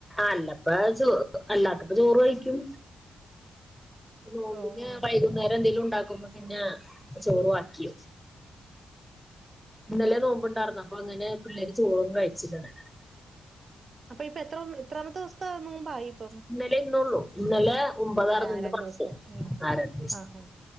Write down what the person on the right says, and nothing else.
ഓ ഉം
അപ്പൊ ഇപ്പൊ എത്ര എത്രാമത്തോ സ്ത്തെ നോമ്പായി? ഇപ്പം
ഇന്നലെ ആ
രണ്ടു
ദിവസത്തെ ഉം
ആഹ്